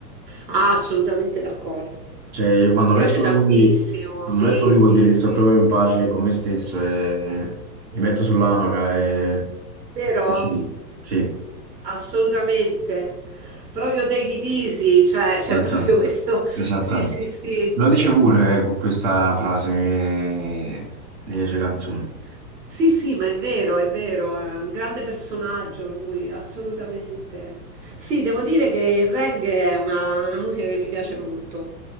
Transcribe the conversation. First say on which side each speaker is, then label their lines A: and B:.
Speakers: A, on the right; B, on the right.
A: Ah, assolutamente d'accordo. Mi
B: Cioè, quando
A: piace
B: metto
A: tantissimo,
B: lui, quando
A: sì,
B: metto lui
A: sì,
B: vuol dire che
A: sì.
B: sto proprio in pace con me stesso e mi metto sull'amaca e...
A: Vero?
B: Sì, sì.
A: Assolutamente. Proprio take it easy, cioè c'è
B: Esattamente,
A: proprio questo <laughs>
B: esattamente.
A: sì, sì, sì.
B: Lo dice pure eh, con questa frase eh, nelle sue canzoni.
A: Sì, sì, ma è vero, è vero, è un grande personaggio lui, assolutamente. Sì, devo dire che il reggae è una, una musica che mi piace molto,